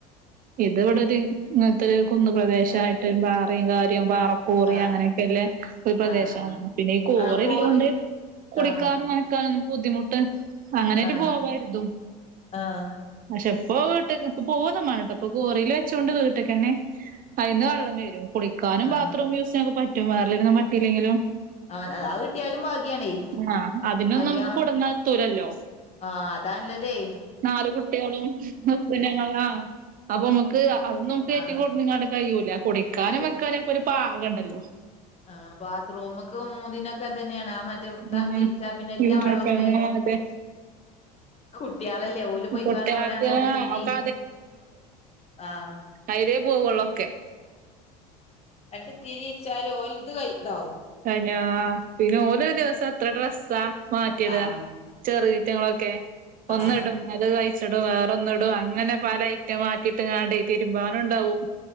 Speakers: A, on the right (about 45°); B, on the left (about 30°).
A: ഇത് ഇവിടെ ഒരു ഇങ്ങൻത്തെ ഒരു കുന്ന് പ്രദേശായിട്ട്
B: ആഹ്
A: ബാറയും കാര്യവും പാറ കോറി
B: ആഹ്
A: അങ്ങനെയൊക്കെല്ല ഒരു പ്രദേശമാണ്
B: ആഹ് ആഹ്
A: പിന്നെ ഈ കോറിള്ള
B: ആഹ് കോറി
A: കൊണ്ട് കുടിക്കാനും
B: ആഹ്
A: കുടിക്കാനൊന്നും ബുദ്ധിമുട്ട് അങ്ങനേയിട്ട്
B: ആഹ്
A: പോവാര്തും
B: ആഹ്
A: പക്ഷേ ഇപ്പോ വീട്ട്ക്ക് ഇപ്പോ പോകൊന്നുംമാണ്ടട്ടൊ ഇപ്പൊ കോറീല് വെച്ചോണ്ട് വീട്ട്ക്കെന്നെ അയ്ന്ന് വെള്ളംവരും കുളിക്കാനും
B: ആഹ്
A: ബാത്റൂം യൂസ് ചെയ്യാനൊക്കെ പറ്റും വേറെള്ളീനൊന്നും പറ്റയില്ലെങ്കിലും
B: ആഹ് ആഹ് അത് കിട്ടിയാലും ഭാഗ്യാണേ
A: ആഹ് അതിനൊന്നും
B: മറ്റേ
A: നമുക്ക് കൊട്ന്നാത്തൂരല്ലോ
B: ആഹ് അതാല്ലതെയ്
A: നാല് കുട്ടികളും മുപ്പനങ്ങള ആ അപ്പൊ നമുക്ക് അത് നമുക്ക്
B: ആഹ്
A: ഏറ്റി കൊട്ന്ന്ങ്ങാണ്ട് കഴിയൂല കുടിക്കാനും
B: ഓ
A: വെക്കാനൊക്കെ ഒരു പാകണ്ടല്ലോ
B: ആഹ് ബാത്റൂമ്ക്കും മൂന്തിനൊക്കെ തന്നെയാണ് ആ മറ്റ് റ്റേ താണ്ട്
A: ഉം
B: തിരിച്ചാ പിന്നെ എല്ലാ വെള്ളം
A: പ്രസവം
B: മുയുവനും
A: അതെ
B: കുട്ട്യാളല്ലേ ഓല് പോയിക്കാണ്ട്
A: കുട്ട്യാൾക്ക്
B: ഓലാണ്ട് രണ്ടുത്തിരി
A: ഒക്കെ
B: ആഹ്
A: കൈരെയേ പോവുള്ളോ
B: രണ്ട് തിരിരിച്ചാല് ഓൽത് കയ് താവും
A: കൈഞ്ഞാ പിന്നെ ഓലൊരു ദിവസം എത്ര ഡ്രസ്സാ മാറ്റിയത്
B: ആഹ്
A: ചെറീറ്റങ്ങളൊക്കെ ഒന്നിടും
B: ആഹ്
A: അത് കഴിച്ച്ടും വേറൊന്ന് ഇടും അങ്ങനെ പല ഐറ്റം മാറ്റിയിട്ട് കാണ്ടെ തിര്മ്പാനുണ്ടാവും